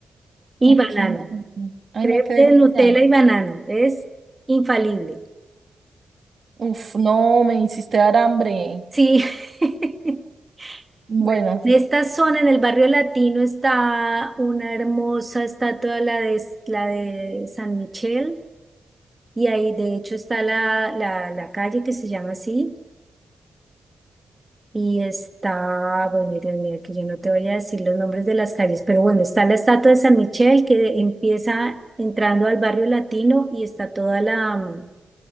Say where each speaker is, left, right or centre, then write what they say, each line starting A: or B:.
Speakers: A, on the right (about 25°); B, on the right (about 55°).
A: y
B: Ok.
A: banano.
B: Ay,
A: Crepe
B: no, qué delicia.
A: de Nutella y banano, es infalible.
B: Uf, no, me hiciste dar hambre.
A: Sí. <laughs>
B: Bueno.
A: Bueno, en esta zona, en el barrio latino, está una hermosa estatua, la de, la de San Michel. Y ahí de hecho está la, la, la calle que se llama así y está, bueno, Dios mío, que yo no te voy a decir los nombres de las calles, pero bueno, está la estatua de San Michel que empieza entrando al barrio latino y está toda la, mm,